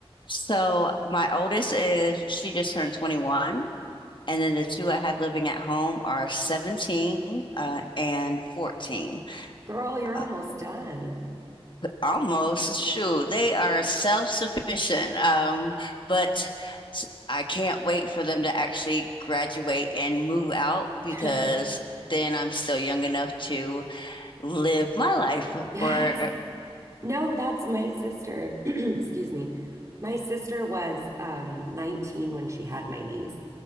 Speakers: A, on the left (about 50°); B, on the right (about 30°).
A: so my oldest is she just turned 21, and then the two I have living at home are 17 uh, and 14.
B: Girl, you're almost
A: Uh,
B: done.
A: almost shoot. They are self-sufficient, um, but I can't wait for them to actually graduate and move out because
B: <laughs>
A: then I'm still young enough to live my life
B: yes.
A: for.
B: No, that's my sister. <clears throat> Excuse me. My sister was um, 19 when she had my niece